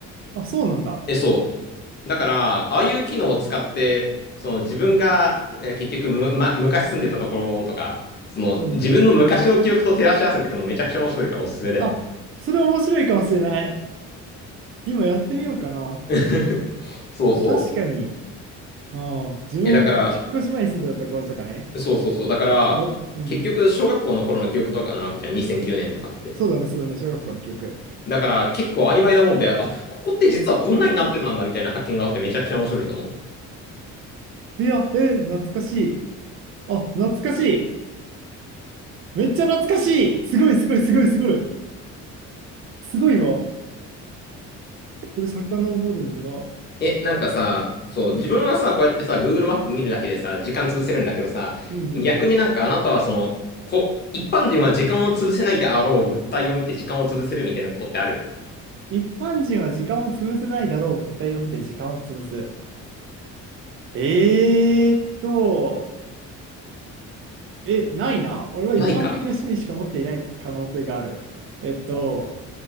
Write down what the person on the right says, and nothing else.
う。あ、そうなんだ。
うん。あ、それ面白いかもしれない。今やってみようかな。
で確かに、あー自分、
引っ越し前に住んでたところとかね、
おおうん、
そうだね、そうだね、小学校の記憶。
いや、えー、懐かしい。あ、懐かしい。めっちゃ懐かしい。すごい、すごい、すごい、すごい。すごいわ。これ、遡るには、
うん、
うんうん。
一般人は時間を潰せないだろう。物体を見て時間を潰す。えーっと、え、ないな。俺は一般的な趣味しか持っていない可能性がある。
えっと、